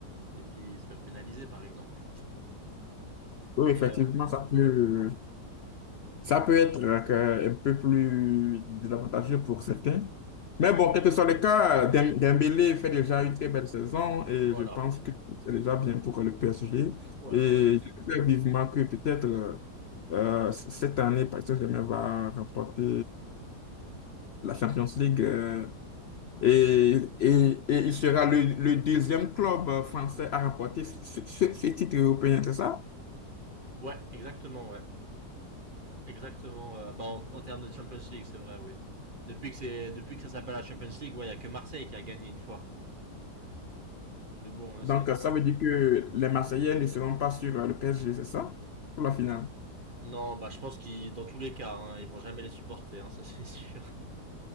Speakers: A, on the right; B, on the left.
A: et puis il serait pénalisé, par exemple.
B: oui,
A: Et
B: effectivement,
A: euh,
B: ça peut,
A: ouais.
B: ça peut être euh, que- un peu plus désavantageux pour certains. Mais bon, quel que soit le cas, Dem- Dembélé fait déjà une très belle saison et
A: Voilà.
B: je pense que c'est déjà bien pour le PSG.
A: Ouais,
B: Et
A: ouais.
B: j'espère vivement que peut-être euh, euh, cette année, Paris Saint-Germain va remporter la Champions League. euh, Et, et, et il sera le, le deuxième club euh, français à remporter ce, ce- ce titre européen, c'est ça?
A: Ouais, exactement, ouais. Exactement. euh, bah, en, en termes de Champions League, c'est vrai, oui. Depuis que c'est, depuis que ça s'appelle la Champions League, ouais, il y a que Marseille qui a gagné une fois. Mais bon, euh,
B: Donc,
A: c'est un peu.
B: euh, ça veut dire que les Marseillais ne seront pas sur euh, le PSG, c'est ça? Pour la finale.
A: Non, bah, je pense qu'ils, dans tous les cas, hein, ils vont jamais les supporter, hein, ça c'est <laughs> sûr.